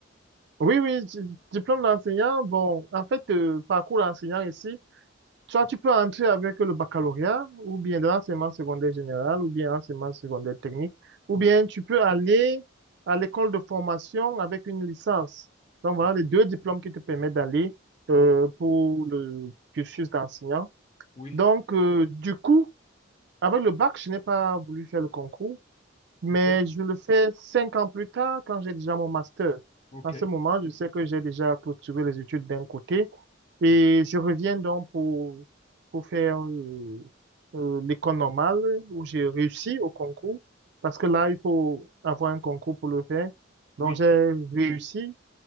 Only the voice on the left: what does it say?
Mhm.
Ok,
ok,
oui,
oui,
ok,
ok,
ok,
oui,